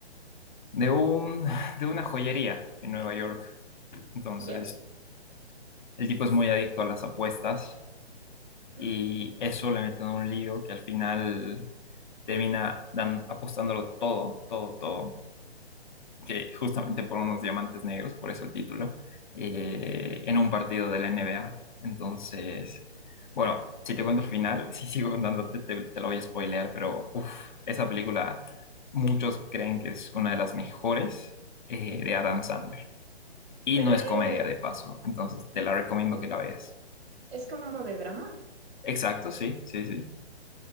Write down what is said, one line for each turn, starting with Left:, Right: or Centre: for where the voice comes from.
Left: de un, de una joyería en Nueva York. Entonces
Right: ¿ya?
Left: El tipo es muy adicto a las apuestas y
Right: <gasps>
Left: eso le mete en un lío que al final termina dan- apostándolo todo, todo, todo, que justamente por unos diamantes negros, por eso el título, eh, en un partido de la NBA. Entonces, bueno, si te cuento el final, <laughs> si sigo contándote, te, te lo voy a spoilear, pero uf, esa película muchos creen que es una de las mejores eh, de Adam Sandler. Y
Right: Pero
Left: no es
Right: eh,
Left: comedia de paso, entonces te la recomiendo que la veas.
Right: Es como de drama.
Left: Exacto, sí, sí, sí.